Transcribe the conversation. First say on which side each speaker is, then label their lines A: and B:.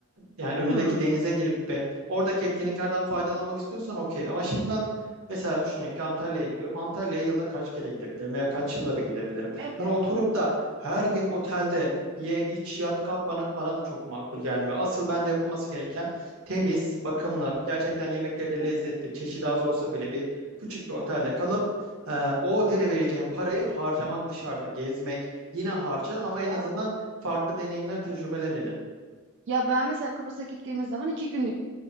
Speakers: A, on the right; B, on the right.
A: yani
B: Hmm,
A: önündeki denize girip ve oradaki etkinliklerden faydalanmak istiyorsan okey. Ama şimdi ben mesela düşüneyim ki Antalya'ya gidiyorum. Antalya'ya yılda kaç kere gidebilirim veya kaç yılda bir gidebilirim.
B: evet.
A: Hani oturup da her gün otelde ye, iç, yat, kalk bana, bana da çok makul gelmiyor. Asıl bence yapılması gereken temiz, bakımlı, gerçekten yemekleri de
B: Evet.
A: lezzetli, çeşidi az olsa bile bir küçük bir otelde kalıp ee, o otele vereceğim parayı harcamak dışarıda, gezmek yine harca ama
B: Ya
A: en azından farklı deneyimler, tecrübeler edin.
B: ya ben mesela Kıbrıs'a gittiğimiz zaman iki günlük